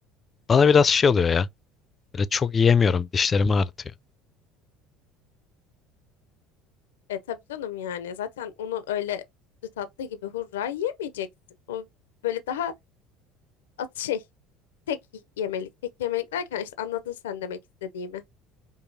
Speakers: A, on the left (about 30°); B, on the left (about 90°).
A: bana biraz şey oluyor ya. Böyle çok yiyemiyorum. Dişlerimi ağrıtıyor.
B: E tabii canım yani. Zaten onu öyle sütlü tatlı gibi hurra yemeyeceksin. O böyle daha at şey, tek yemelik. Tek yemelik derken işte anladın sen demek istediğimi.